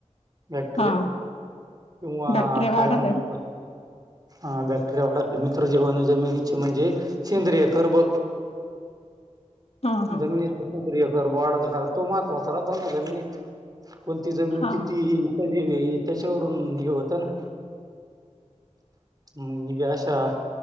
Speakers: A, on the right; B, on the left.
A: बॅक्टरीया
B: हा
A: वा
B: बॅक्टेरिया वाढत
A: काय म्हणता
B: आहे
A: त्याला
B: का
A: हा बॅक्टेरिया वाढाते मित्र जीवन जमिनीचे म्हणजे सेंद्रिय कर्ब
B: हा हा
A: जमिनीत <unintelligible> कर्ब वाढतो कारण तो महत्वाचा राहतो ना जमिनीत कोणती जमीन
B: हा
A: किती सजीव ये हे त्याच्यावरून हे होत ना म घ आशा